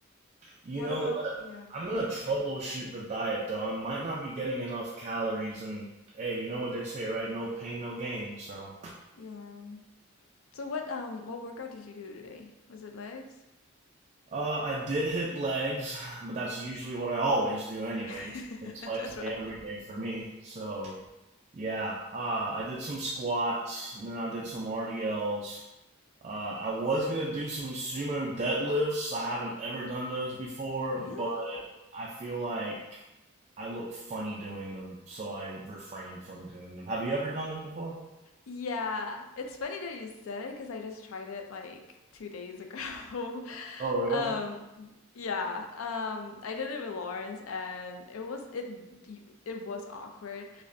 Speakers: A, on the right; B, on the left.
A: You
B: what
A: know,
B: about, yeah,
A: I'm
B: go
A: gonna
B: ahead.
A: troubleshoot the diet though. I might not be getting enough calories, and hey, you know what they say, right? No pain, no gain. So,
B: Yeah. So what um what workout did you do today? Was it legs?
A: uh, I did hit legs, but that's usually what I always do, anyways.
B: <laughs>
A: It's legs
B: That's right.
A: day every day for me. So, yeah, uh, I did some squats, and then I did some RDLs. Uh, I was gonna do some sumo deadlifts. I haven't ever done those before,
B: Really?
A: but I feel like I look funny doing them, so I refrain from doing them. Have you ever done them before?
B: Yeah, it's funny that you said it because I just tried it like two days ago. <laughs>
A: Oh, really?
B: Um, yeah, um, I did it with Lawrence, and it was it it was awkward.